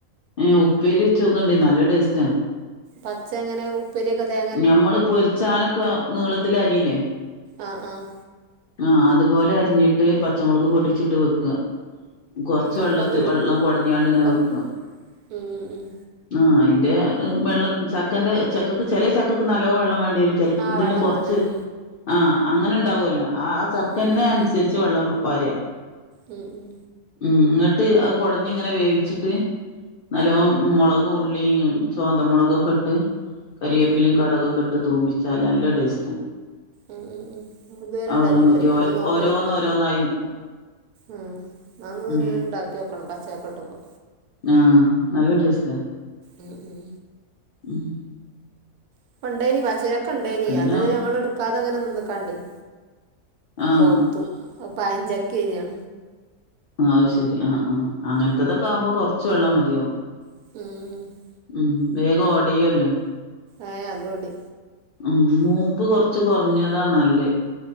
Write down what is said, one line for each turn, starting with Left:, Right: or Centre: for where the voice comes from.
Left: ഏഹ് ഉപ്പേരിവെച്ചോക്കൊണ്ടി നല്ല ടേസ്സ്റ്റാ
Right: പച്ച എങ്ങനേവും ഇപ്പേരിക്കെ തേ
Left: ഞമ്മള് പൊരിച്ചാനൊക്കെ നീളത്തില് അരീലെ
Right: ആഹ് ആഹ്
Left: ആഹ് അതുപോലെ അരിഞ്ഞിട്ട് പച്ചമൊളക് പൊട്ടിച്ചിട്ട് വെക്ക. കൊർച്ച് വെള്ളത്ത്
Right: അപ്പൊ അത്
Left: വെള്ളം കൊടഞ്ഞാണ്ട്ങ്ങനെ
Right: കൊറ
Left: വെക്ക
Right: ഉം ഉം ഉം
Left: അഹ് അയിന്റെ വെള്ളം ചക്കന്റെ ചക്കക്ക് ചെലേ ചക്കക്ക് നല്ലോവെള്ളം വേണ്ടിരും ചെൽതിന്
Right: ആഹ് വെള്ളം
Left: കൊർച്ച്
Right: വേണ്ടിവരും
Left: ആഹ് അങ്ങനെണ്ടാവോലോ ആ ചക്കന്റെ
Right: ഉം ഉം
Left: അൻസരിച് വെള്ളം പാര
Right: ഉം ഉം
Left: ഉം ഇങ്ങട്ട് അത് കൊടഞ്ഞിങ്ങനെ വേവിച്ചിട്ട് നല്ലോം മൊളകും ഉള്ളി ചോന്തമൊളകൊക്കെട്ട് കരിയേപ്പിലിം കട്കൊക്കെട്ട് തൂമിച്ചാല് നല്ലെ ടേസ്റ്റാ
Right: ഉം ഉം ഉം ഇതുവരേണ്ടാക്കില്ല
Left: ആ വെള്ളം വറ്റി
Right: ഇഞ്ഞിയൊന്ന്
Left: ഓ
Right: നോക്ക്യോക്കണം.
Left: ഓരോന്ന് ഓരോന്നായി നിക്കും
Right: അഹ് അതൊന്ന്
Left: ഉം
Right: <unintelligible> ഇണ്ടാക്ക്യോക്കണം പച്ച ചക്ക കിട്ടുമ്പോ.
Left: ആഹ് നല്ല ടേസ്സ്റ്റാ
Right: ഉം ഉം
Left: ഉം
Right: ഇപ്പണ്ടേയ്നി പച്ചചക്ക ഇണ്ടായിനി
Left: പിന്നെ
Right: അത് ഞങ്ങള് ഇട്ക്കാതങ്ങനെ നിന്ന്ക്കാണ്ടെയ്
Left: ആഹ്
Right: പൗത്തു. അത് പയഞ്ചക്കേനിയോ
Left: അഹ് ശെരി ആഹ് ആഹ് അങ്ങൻത്തതൊക്കെ ആവുമ്പോ കൊർച്ച് വെള്ളം മതിയാവും.
Right: ഉം
Left: ഉം വേഗം ഒടയ്യോല്ലോ
Right: ഏഹ് അതൊടി
Left: ഉം മൂപ്പ് കൊർച്ച് കൊറഞ്ഞതാ നല്ല്